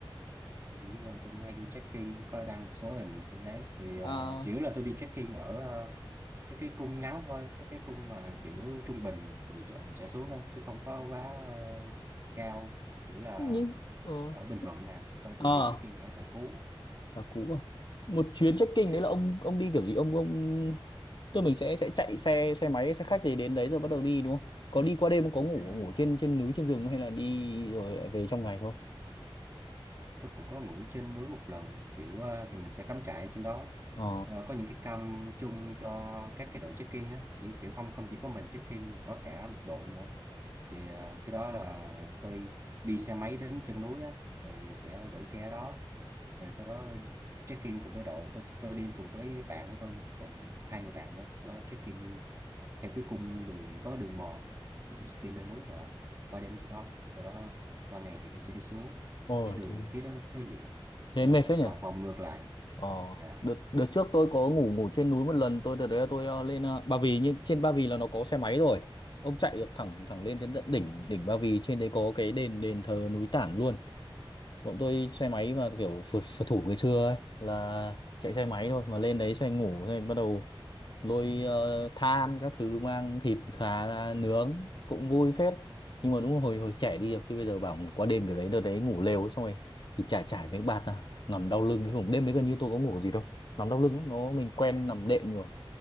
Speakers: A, on the right; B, on the left.
A: Đúng rồi, tôi cũng hay đi trekking, có đăng một số hình tôi thấy thì
B: À,
A: uh, chủ yếu là tôi đi trekking ở ờ, cái cái cung ngắn thôi, cái cái cung mà chữ trung bình từ chợ trở xuống thôi chứ không có quá ờ, cao. Chủ yếu là
B: nhưng ờ
A: ở Bình Thuận nè, tôi
B: Ờ,
A: từng đi trekking ở Tà Cú.
B: là cũ à? một chuyến trekking
A: Yeah.
B: đấy là ông ông đi kiểu gì ông ông tức mình sẽ sẽ chạy xe xe máy xe khách gì đến đấy rồi bắt đầu đi đúng không có đi qua đêm không có ngủ
A: Nha.
B: ngủ trên trên núi trên rừng không? hay là đi rồi lại về trong ngày thôi
A: Tôi cũng có ngủ trên núi một lần, kiểu ờ, thì mình sẽ cắm trại ở trên đó.
B: ờ
A: Ờ, có những cái cam chung cho các cái đội trekking á, chỉ kiểu không không chỉ có mình trekking mà có cả một đội nữa thì ờ, khi đó là tôi đi xe máy đến chân núi á thì sẽ gửi xe ở đó rồi sau đó check in cùng với đội tôi tôi đi cùng với bạn của tôi nữa. còn hai người bạn nữa sau đó check in theo cái cung đường có đường mòn tôi sẽ đi lên núi và qua đêm trên đó sau đó qua ngày thì tôi sẽ đi xuống
B: ôi
A: còn cái đường
B: thế
A: phía đó cái gì á,
B: thế
A: sau
B: mệt
A: đó
B: phết
A: phải
B: nhỉ
A: vòng vòng ngược lại
B: ờ
A: dạ
B: đợt đợt trước tôi có ngủ ngủ trên núi một lần tôi đợt đấy là tôi ờ, lên ờ, Ba Vì nhưng trên Ba Vì là nó có xe máy rồi ông chạy được thẳng thẳng lên đến tận đỉnh đỉnh Ba Vì trên đấy có cái đền đền thờ núi Tản luôn bọn tôi xe máy mà kiểu phượt, phượt thủ ngày xưa ấy là chạy xe máy thôi mà lên đấy xoay ngủ rồi bắt đầu lôi ờ, than các thứ mang thịt thà ra nướng cũng vui phết nhưng mà đúng là hồi hồi trẻ đi được chứ bây giờ bảo ngủ qua đêm kiểu đấy đợt đấy ngủ lều ấy, xong rồi thì trải trải mấy bạt à nằm đau lưng cái vùng đêm đấy gần như tôi có ngủ gì đâu nằm đau lưng lắm, nó mình quen nằm đệm rồi